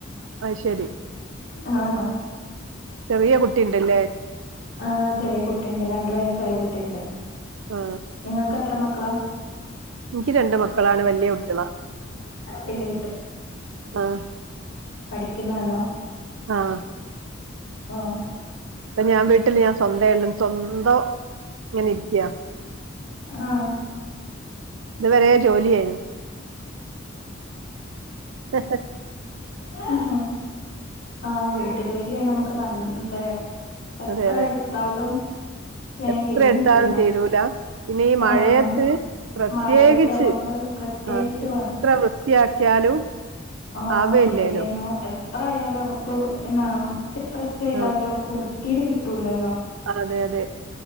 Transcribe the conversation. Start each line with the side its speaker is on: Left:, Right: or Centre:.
Right: അയ്ശെരി
Left: ആഹ
Right: ചെറിയ കുട്ടി ഉണ്ടല്ലേ
Left: ആഹ് ചെറിയ കുട്ടിണ്ട് രണ്ട് വയസ്സായ കുട്ടി ഉണ്ട്
Right: ആ
Left: നിങ്ങൾക്ക് എത്ര മക്ക ക്കള
Right: എനിക്ക് രണ്ട് മക്കളാണ് വലിയ കുട്ടികളാ
Left: വല്യ
Right: ആഹ്
Left: പഠിക്കുന്നോള്ളു
Right: ആഹ
Left: ആഹ
Right: ഇപ്പൊ ഞാൻ വീട്ടില് ഞാൻ സ്വന്തം ഒള്ളു സ്വന്തം ഇങ്ങനെ ഇരിക്ക്യാ
Left: ആഹ
Right: ഇത് വരെ ജോലിയായിരുന്നു വ <unintelligible>
Left: മ്മ് ആ വീട്ടു ജോലിയാണ് നമ്മുക്ക് നല്ലത് എത്ര
Right: അതെ അതെ
Left: എടുത്താലും വേം
Right: എത്ര
Left: കഴിഞ്ഞിട്ടൂല
Right: എടുത്താലും തീരൂല ഇനി ഈ മഴയത്ത്
Left: ആഹ്
Right: പ്രത്യേകിച്ച്
Left: മഴയത്ത് നമ്മക്ക് പ്രത്യേകിച്ച്
Right: ആ എത്ര വൃത്തിയാക്കിയാലും
Left: ആ
Right: ആവയില്ലേലോ
Left: ശരിയാണ് എത്ര ആയാലും നമ്മുക്ക് എന്താണ് എത്ര ചെയ്താലും
Right: ആ
Left: നമുക്ക് വൃത്തീല് കിട്ടൂലല്ലോ
Right: അതെ അതെ